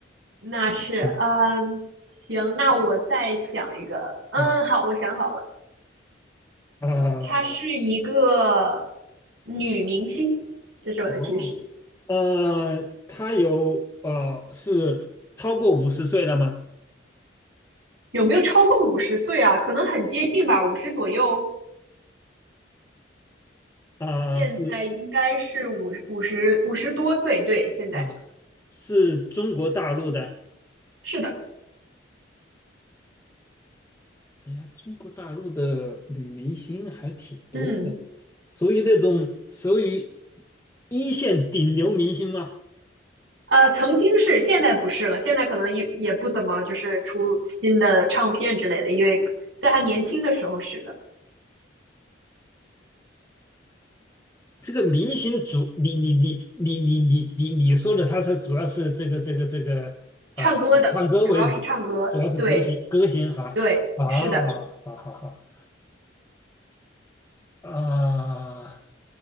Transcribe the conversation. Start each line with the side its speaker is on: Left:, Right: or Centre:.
Right: 那是，
Left: 嗯
Right: 嗯，行，那我再想一个。嗯，
Left: 啊
Right: 好，我想好了，
Left: 啊
Right: 她是一个女明星，这是我的提示。
Left: 哦呃，他有呃是超过五十岁了吗？
Right: 有没有超过五十岁啊？可能很接近吧，五十左右。
Left: 啊是
Right: 现在应该是五五十五十多岁，对，现在
Left: 啊是中国大陆的。
Right: 是的，
Left: 哎呀，中国大陆的女明星还挺多的，
Right: 嗯，
Left: 属于那种属于一线顶流明星吗？
Right: 呃，曾经是，现在不是了，现在可能也也不怎么就是出新的唱片之类的，因为在他年轻的时候是的，
Left: 这个明星主，你你你你你你你你说的，他是主要是这个这个这个啊、
Right: 唱歌的，
Left: 唱歌为主，
Right: 主要是唱歌，
Left: 主要是歌星歌星哈啊，
Right: 对。对，是的，
Left: 好好好啊，